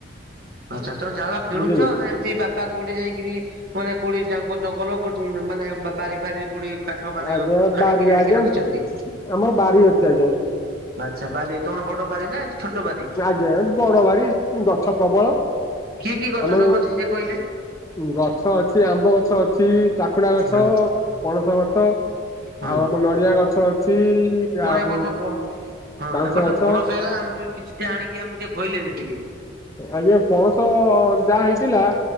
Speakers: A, on the right (about 50°); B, on the left (about 15°).
A: ଆଛା ତମେ ଜାଳ କିଣୁଛ
B: ବୁଝିଲେ
A: ନା ଏମ କି ବାପା କୋଉଠି ଯାଇଁ କିରି ମାନେ କୋଉଠି ଜାଙ୍ଗ ଜଙ୍ଗଲ କୋଉଠି ମାନେ ବା ବାରି ଫାରି। କୋଉଠି କାଠ ମାନେ
B: ଆଜ୍ଞା
A: ହାଣିକିରି
B: ବାରିରେ
A: ଆଣିକି
B: ଆଜ୍ଞା
A: ରଖିଛନ୍ତି।
B: ଆମର ବାରି ଅଛି ଆଜ୍ଞା
A: ଆଚ୍ଛା ବାରି ତମର ବଡ଼ ବାରି ନା ଏମିତି ଛୋଟ ବାରି?
B: ନା ବଡ଼ ବାରି ଗଛ ପ୍ରବଳ।
A: କି କି ଗଛ
B: ଆମ
A: ସବୁ ଅଛି ଟିକେ କହିଲେ।
B: ଗଛ ଅଛି ଆମ୍ବ ଗଛ ଅଛି ଚାଖୁଣ୍ଡା ଗଛ
A: ହଁ
B: ପଣସ ଗ ଛ
A: ହଁ
B: ଆଉ ଆମ ନଡ଼ିଆ ଗଛ ଅଛି।
A: କଣ
B: ଆଉ
A: ଏ ବର୍ଷ ପ ହଁ
B: ବାଉଁଶ
A: ଏ ବର୍ଷ
B: ଗଛ
A: ପଣସ ହେଲା ଆମ ପାଇଁ କିଛି ଟା ଆଣିକି ଆମକୁ ଟିକେ ଖୋଇଲେନି ଟିକେ।
B: ଆଜ୍ଞା ପଣସ ଯାହା ହେଇଥିଲା